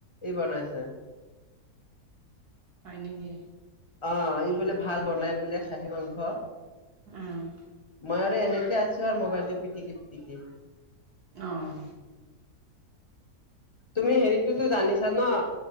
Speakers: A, on the left; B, on the right.
A: ই বনাইছে।
B: হয় নেকি।
A: অঁ, ই বোলে ভাল বনাই বোলে খাহী মাংস।
B: ঊম।
A: মই আৰু এনেকে আছো আৰু মবাইলটো পিটিকি- পিটিকি।
B: অঁ।
A: তুমি হেৰিতোতো জানিছা নহ।